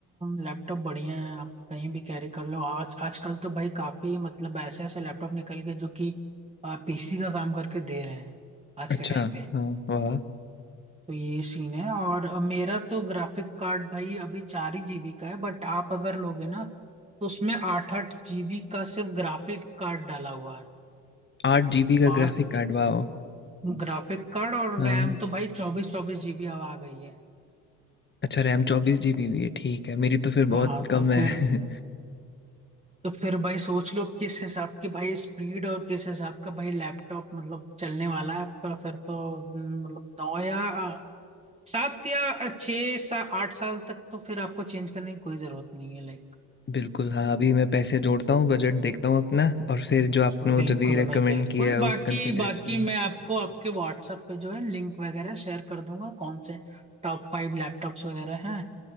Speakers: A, on the right; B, on the left.
A: लैपटॉप बढ़िया है आप कहीं भी कैरी कर लो आज आजकल तो भाई काफी मतलब ऐसे ऐसे लैपटॉप निकल गए जो कि पीसी का काम करके दे रहे हैं आज
B: अच्छा
A: के टाइम पे
B: हाँ वाह
A: तो ये सीन है और अ, मेरा तो ग्राफिक कार्ड भाई अभी चार ही जीबी का है बट आप अगर लोगे ना तो उसमें आठ आठ जीबी का सिर्फ ग्राफिक कार्ड डाला हुआ है
B: आठ जीबी का
A: और
B: ग्राफिक कार्ड वाह
A: ग्राफिक कार्ड और
B: हाँ
A: रैम तो भाई चौबीस चौबीस जीबी अब आ गई है
B: अच्छा रैम चौबीस जीबी भी है ठीक है मेरी तो फिर
A: हाँ
B: बहुत कम
A: तो फिर
B: है
A: तो फिर भाई सोच लो किस हिसाब की भाई स्पीड और किस हिसाब का भाई लैपटॉप मतलब चलने वाला है आपका फिर तो हम्म, मतलब नौ या अ, सात या छः सा आठ साल तक तो फिर आपको चेंज करने की कोई जरूरत नहीं है लाइक
B: बिल्कुल हाँ अभी मैं पैसे जोड़ता हूँ बजट देखता हूँ अपना और फिर जो आपने मुझे
A: बिल्कुल
B: भी रेकमेंड
A: भाई बिल्कुल
B: किया है
A: बाकी
B: उस कॉन्फ़िगरेशन
A: बाकी मैं आपको आपके व्हाट्सएप पे जो है लिंक वगैरह शेयर कर दूंगा कौन से टॉप फाइव लैपटॉप्स वगैरह हैं